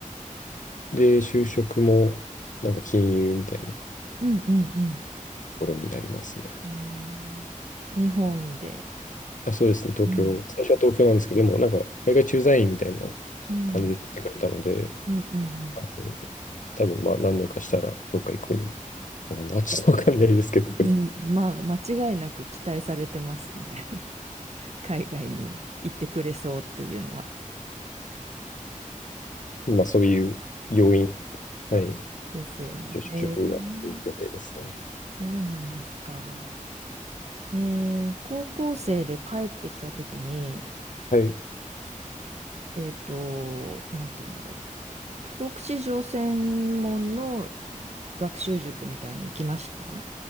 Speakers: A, on the left; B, on the right.
A: で、就職も、なんか金融みたいなと
B: うん、うん、う
A: ころになりますね。
B: ん。へえ、日本で、
A: あ、そうですね、東京。
B: うん、
A: 最初は東京なんですけど、でもなんか海外駐在員みたいな
B: うん、
A: 感じで取ってくれたので、
B: うん、うん、うん。
A: あの多分まあ何年かしたらどっか行くのかな、ちょっとわかんないですけど、
B: うん、まあ、間違いなく期待されてますよね。<laughs> 海外に行ってくれそうっていうのは。
A: <laughs> まあそういう要因、はい、
B: ですよね。
A: 就職が来る予定ですね。
B: へえ、そうなんですか。えー、高校生で帰ってきたときに、
A: はい。
B: えっと、なんて言うんだろう。帰国子女専門の学習塾みたいの行きました